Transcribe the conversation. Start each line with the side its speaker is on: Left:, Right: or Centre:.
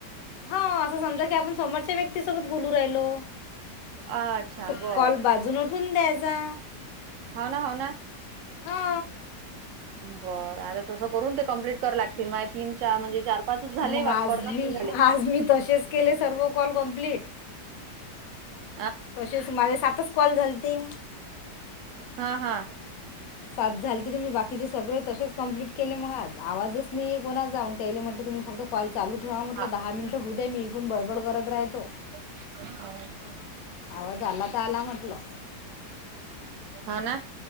Left: हा असं समजा की आपण समोरच्या व्यक्तीसोबत बोलू राहिलो.
Right: अच्छा
Left: त
Right: बर
Left: कॉल बाजून उठून द्यायचा.
Right: हो ना हो ना.
Left: हा.
Right: बरं आता तसं करून ते. कं्प्लीट क लागतील तीन चार म्हणजे चार पाच झाले
Left: मग आज
Right: वा कोना
Left: मी
Right: झाले.
Left: आज मी तसेच. केले सर्व कॉल कम्प्लीट.
Right: ह.
Left: तसेच माझे सातच कॉल झाल ते.
Right: हा हा
Left: सात झाली तम्ही बाकीचे सगळे तसेच कंप्लीट केलेग आज आवाजच नाही आहे कोणा जाऊणटेईले म्हटलं तुम् फक्त कॉल चालू ठेवा म्हटलं
Right: आ-
Left: दहा मिनिट होऊ दे्या मी इण बडबड करत राहतो.
Right: ह <inaudible>
Left: आवा झाला तर आला म्हटलं.
Right: हा ना